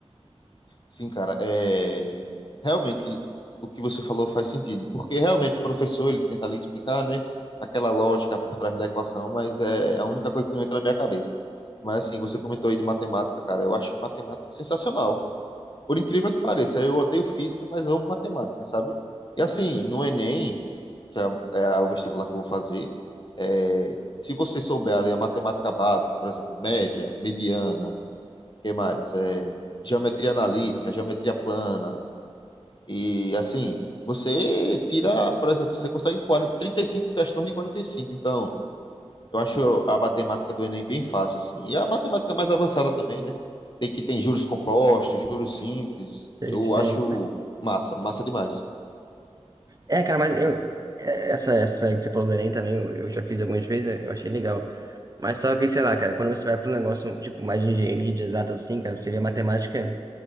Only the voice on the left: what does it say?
sim, cara. É, realmente o que você falou faz sentido, porque realmente o professor ele tenta ali explicar, né, aquela lógica por trás da equação, mas é a única coisa que não entra na minha cabeça. Mas assim, você comentou aí de matemática, cara. Eu acho matemática sensacional. Por incrível que pareça, eu odeio física, mas amo matemática, sabe? E assim, no Enem que é, é o vestibular que eu vou fazer, é, se você souber ali a matemática básica, por exemplo, média, mediana, que mais? É, geometria analítica, geometria plana, e assim, você tira, por exemplo, você consegue 40, 35 questões de 45. Então, eu acho a matemática do Enem bem fácil, assim. E a matemática mais avançada também, né? Tem que tem juros compostos, juros simples.
Eu
acho massa, massa demais.